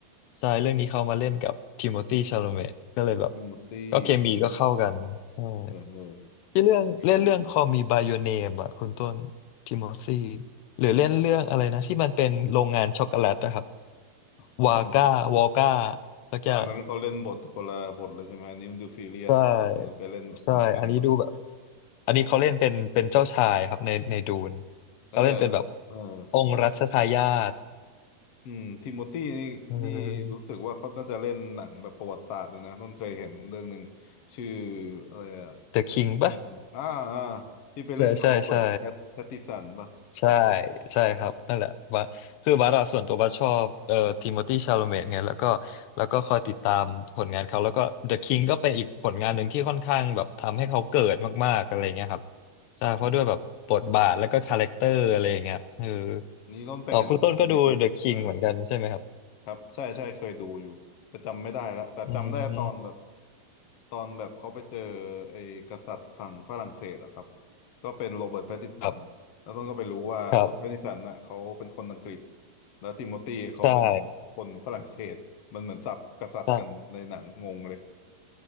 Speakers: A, on the left (about 85°); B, on the left (about 60°).
A: ใช่เรื่องนี้เขามาเล่นกับทิโมธีชาโลเมตก็เลยแบบ
B: พิตติมูตี้อ๋อ
A: ก็เคมีก็เข้ากันใช่
B: เออเออ
A: ที่เรื่องเล่นเรื่อง
B: ดีดีดี
A: Call Me by Your Name อ่ะคุณต้นทิโมธีหรือเล่นเรื่องอะไรนะที่มันเป็นโรงงานช็อกโกแลตนะครับ
B: ของ <laughs>
A: วาก้าวอก้าสักอย่าง
B: อันนั้นเขาเล่นบทคนละบทเลยใช่ไหมอันนี้มันดูซีเรียสแล้วก็คนนั้นไปเล่นแบบขำๆหมด
A: ใช่ใช่ อันนี้ดูแบบอันนี้เขาเล่นเป็นเป็นเจ้าชายครับในในดูนเขาเล่นเป็นแบบ
B: แล้วแต่เออ
A: องค์รัชทายาท
B: ครับอืมทิโมธีนี่นี่รู้สึกว่าเขาน่าจะเล่นหนังแบบประวัติศาสตร์เลยนะต้นเคยเห็นเรื่องหนึ่ง
A: เออ
B: ชื่ออะไรอะ
A: The King ป่ป
B: หญิงอ่าอ่า
A: ะใช่ใช่ใช่
B: ที่ไปเล่นกับโรเบิร์ตแพตตินสันป่ะ
A: ใช่ใช่ครับนั่นแหละบัสคือบัสอะส่วนตัวบัสชอบเอ่อทิโมธีชาโลเมตไงแล้วก็แล้วก็คอยติดตามผลงานเขาแล้วก็ The King ก็เป็นอีกผลงานหนึ่งที่ค่อนข้างแบบทำให้เขาเกิดมากๆอะไรเงี้ยครับใช่เพราะด้วยแบบบทบาทแล้วก็คาแรคเตอร์อะไรอย่างเงี้ยเออ
B: ครับอันนี้ต้นไปเห็นคอมเมนต์เออ
A: อ๋อคุณต้นก็ดู The King เหมือนกันใช่ไหมครับ
B: ครับใช่ใช่เคยดูอยู่แต่จำไม่ได้ละแต่จำได้ตอนแบบ
A: อืม
B: ตอนแบบเขาไปเจอไอ้กษัตริย์ฝั่งฝรั่งเศสอะครับก็เป็นโรเบิร์ตแพตตินสันแล้วต้นก็ไปรู้ว่าโรเบิร์ตแพตตินสันน่ะเขาเป็นคนอังกฤษ
A: ครับครับ
B: แล้วติโมธีเขาเป็นคนฝรั่งเศสมันเหมือนสับกษัตริย์กันในหนังงงเลย
A: ใช่ใช่